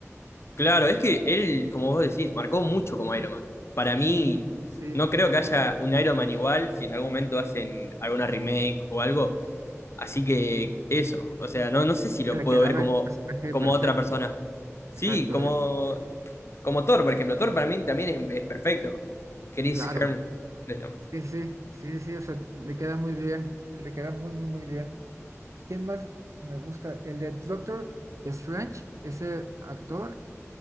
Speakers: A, on the left (about 55°); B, on the right (about 70°).
A: Claro, es que él, como vos decís, marcó mucho como Iron Man. Para
B: Sí,
A: mí,
B: sí,
A: no creo que haya un Iron Man igual si en algún momento hacen alguna remake o algo. Así que eso, o sea, no, no sé si lo
B: le
A: puedo
B: quedaba
A: ver como,
B: el personaje
A: como
B: perfecto,
A: otra persona. Sí,
B: exacto,
A: como,
B: eh, eh,
A: como Thor, por ejemplo. Thor para mí también es, es perfecto. Chris
B: claro,
A: Hemsworth, ¿qué le llama?
B: sí, sí, sí, sí, o sea, le queda muy bien, le queda muy, muy, muy bien. ¿Quién más me gusta? El de Doctor Strange, ese actor,